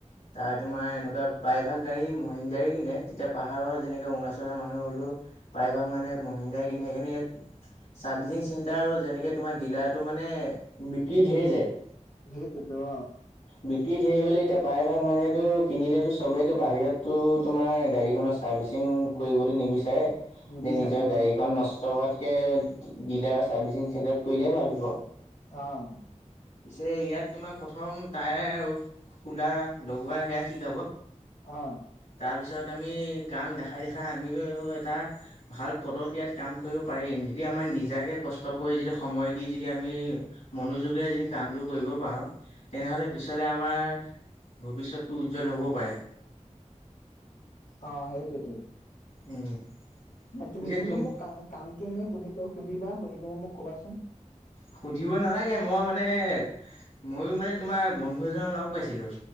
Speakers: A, on the left; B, on the left.
A: তাৰ তোমাৰ এনেকুৱা প্ৰায়ভাগ গাড়ী মহিন্দ গাড়ী কিনে তেতিয়া পাহাৰৰ যেনেকে অৰুণাচলৰ মানুহ হ'লো প্ৰায় ভাগ মানুহে মহিন্দাই কিনে সেইকাৰনে ইয়াত চাৰ্ভিচিং চিণ্টাৰো যেনেকে তোমাৰ ডিলাৰটো মানে বিক্ৰী ধেৰ যায়
B: সেইটোৱেতো
A: বিক্ৰী ধেৰ গলে এতিয়া প্ৰায়ভাগ মানুহেতো কিনিলেতো চবেইতো বাহিৰততো তোমাৰ গাড়ীখনৰ ছাৰ্ভিচিং কৰিবতো নিবিচাৰে
B: নিবিচাৰে
A: যে নিজৰ গাড়ীখন
B: অ',
A: নষ্ট হোৱাত কে দিলাৰ চাৰ্ভিচিং চেণ্টাৰত কৰিলে ভাল হ'ব
B: অ
A: পিছে ইয়াত তোমাক প্ৰথম টায়াৰ আৰু খোলা লগোৱা সেয়া শিকাব
B: অ
A: তাৰপিছত আমি কাম দেখাই দেখাই আমিও এটা ভাল পদত ইয়াত কাম কৰিব পাৰিম যদি আমাৰ নিজাকে কষ্ট কৰি যদি সময় দি যদি আমি মনোযোগেৰে যদি কামটো কৰিব পাও তেনেহলে পিছলে আমাৰ ভৱিষ্যতো উজ্জ্বল হবও পাৰে
B: অ সেইটোৱে টো
A: উম
B: না তুমি
A: পিছে
B: তুমি
A: তুম
B: মোক কাম কামটো সুধা সুধিবা সুধি পেলাই মোক ক'বাচোন
A: সুধিবই নালাগে মই মানে মইয়ো মানে তোমাৰ বন্ধু এজনৰ লগ পাইছিলো